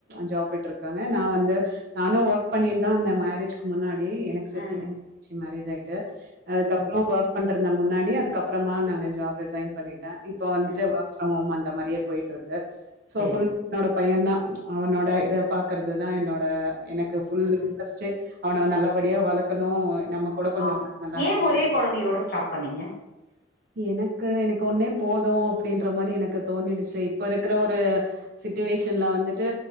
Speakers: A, on the right (about 50°); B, on the left (about 50°).
A: ஜாப் போய்ட் இருக் காங்க நான் வந்து நானும் ஒர்க் பண்ணிட்டு தான் இருந்தேன் மேரேஜ் க்கு முன்னாடி எனக்கு ஃபிஃப்டின்
B: ம்
A: இயர்ஸ்
B: ம்
A: மேரேஜ் ஆயிட்டு
B: ம்
A: அதுக்கபறோ
B: ம்
A: ஒர்க் பண்ண இருந்த முன்னாடி அதுக்கப்புறமா நான் ஜாப் ரிசைன் பண்ணிட்டே இப்ப வந்துட்டு
B: ம் ம்
A: ஒர்க் ஃபரம் ஹோம் அந்த மாரியே போயிட்டு இருக் கு சோ
B: செரி
A: ஃபுல்
B: செரி
A: என்னோட பையன் தான் அவனோட இத பாக்குறது தான் என்னோட எனக் ஃபுல்
B: ஆ
A: இட்ரஸ்ட்டு அவன நல்லபடியா வளக்கணும் நம்ம கூட கொஞ்சம்
B: ஆம்
A: நல்லா
B: ஏன் ஒரே குழந்தையோட ஸ்டாப் பண்ணீங்க
A: <inaudible> எனக்கு எனக்கு ஒன்னே போதும் அப்டின்ற மாரி எனக்கு தோணிடுச்சு இப்ப இருக்கிற ஒரு சிட்டிவேஷன்ல
B: ம்
A: வந்துட்டு